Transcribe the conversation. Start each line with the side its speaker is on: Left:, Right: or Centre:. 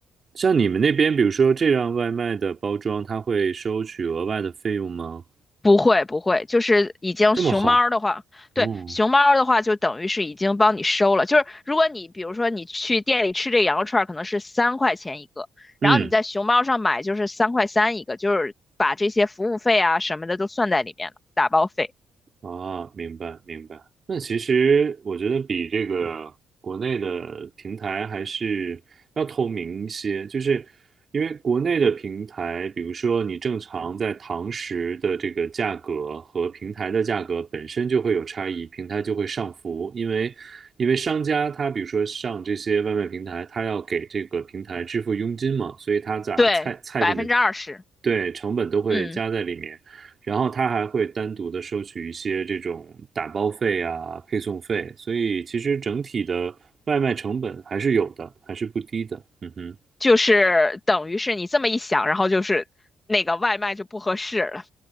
Right: 像你们那边，比如说这样外卖的包装，它会收取额外的费用吗？
Left: 不会不会，就是已经熊猫儿的话，
Right: 这么好，哦，
Left: 对，熊猫儿的话就等于是已经帮你收了。就是如果你比如说你去店里吃这个羊肉串儿可能是三块钱一个，
Right: 嗯
Left: 然后你在熊猫上买就是三块三一个，就是把这些服务费啊什么的都算在里面了，打包费，
Right: 啊，明白明白。那其实我觉得比这个国内的平台还是要透明一些，就是因为国内的平台，比如说你正常在堂食的这个价格和平台的价格本身就会有差异，平台就会上浮，因为因为商家他比如说上这些外卖平台，他要给这个平台支付佣金嘛，所以他咋菜菜品的
Left: 对，百分之二十，
Right: 对，成本都会加在里面，
Left: 嗯，
Right: 然后他还会单独的收取一些这种打包费啊、配送费，所以其实整体的外卖成本还是有的，还是不低的。嗯哼。
Left: 就是等于是你这么一想，然后就是那个外卖就不合适了，